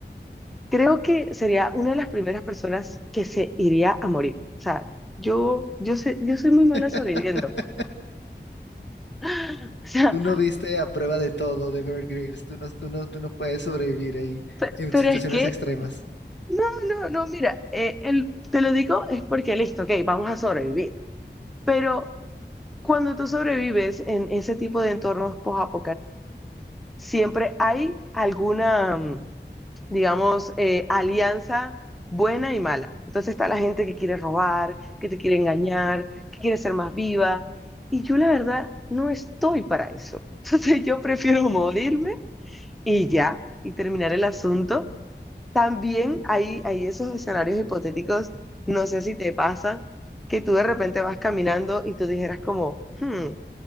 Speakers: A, in the centre; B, on the left.
A: creo que sería una de las primeras personas que se iría a morir. O sea, yo, yo sé, yo soy muy mala
B: <laughs>
A: sobreviviendo. <gasps> <laughs> O sea,
B: Tú no viste a prueba de todo de Bear Grylls. Tú no, tú no, tú no puedes sobrevivir ahí
A: pe-
B: en
A: pero
B: situaciones
A: es que,
B: extremas.
A: no, no, no, mira, eh, el, te lo digo es porque listo, ok, vamos a sobrevivir. Pero cuando tú sobrevives en ese tipo de entornos post siempre hay alguna, mm, digamos, eh, alianza buena y mala. Entonces está la gente que quiere robar, que te quiere engañar, que quiere ser más viva. Y yo la verdad no estoy para eso. <laughs> Entonces yo prefiero morirme y ya, y terminar el asunto. También hay, hay esos escenarios hipotéticos, no sé si te pasa, que tú de repente vas caminando y tú dijeras como, "Hmm,